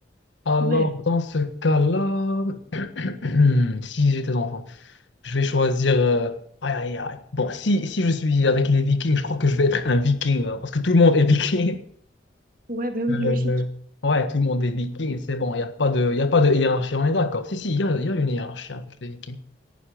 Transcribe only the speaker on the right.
Ouais,
ouais, bah oui,
logique.